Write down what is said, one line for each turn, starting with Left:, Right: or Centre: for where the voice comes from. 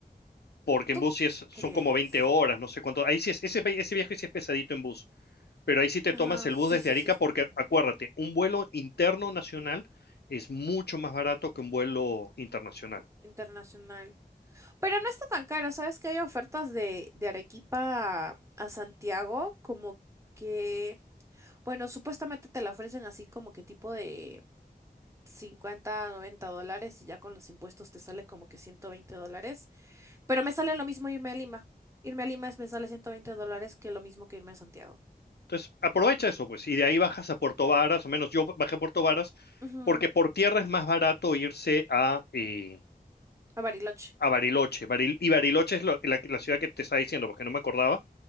Left: porque
Right: ¿Tú
Left: en bus sí es- son
Right: crees?
Left: como 20 horas, no sé cuánto. Ahí sí es, ese, vi- ese viaje sí es pesadito en bus, pero ahí sí te
Right: Ajá,
Left: tomas el
Right: sí,
Left: bus desde
Right: sí,
Left: Arica,
Right: sí, sí.
Left: porque
Right: sí.
Left: acuérdate, un vuelo interno nacional es mucho más barato que un vuelo internacional.
Right: Internacional. Pero no está tan caro, ¿sabes? Que hay ofertas de, de Arequipa a, a Santiago, como que, bueno, supuestamente te la ofrecen así como que tipo de 50, 90 dólares y ya con los impuestos te sale como que 120 dólares. Pero me sale lo mismo irme a Lima. Irme a Lima es- me sale 120 dólares que lo mismo que irme a Santiago.
Left: Entonces, aprovecha eso, pues, y de ahí bajas a Puerto Varas, o menos yo bajé a Puerto Varas,
Right: Ujú,
Left: porque por tierra es más barato irse a, eh,
Right: A Bariloche.
Left: a Bariloche. Baril- y Bariloche es lo- la, la ciudad que te estaba diciendo, porque no me acordaba.